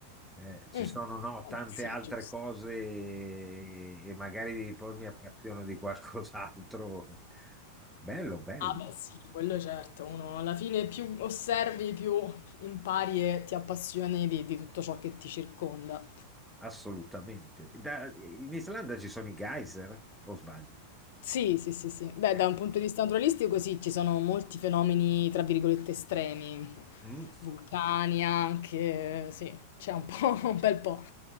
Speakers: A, in the centre; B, on the left (about 55°).
A: Eh, ci
B: Mm,
A: sono no,
B: vabbè,
A: tante
B: sì,
A: altre
B: giusto.
A: cose e e magari poi mi appassiono di qualcos'altro. Bello, bello.
B: Ah, beh, sì, quello è certo. Uno alla fine più osservi, più impari e ti appassioni di, di tutto ciò che ti circonda.
A: Assolutamente. Da- in Islanda ci sono i geyser, o sbaglio?
B: Sì, sì, sì, sì. Beh,
A: Eh,
B: da un punto di vista naturalistico, sì, ci sono molti fenomeni, tra virgolette, estremi.
A: mm,
B: Vulcani anche, sì, c'è un po', <laughs> un bel po'.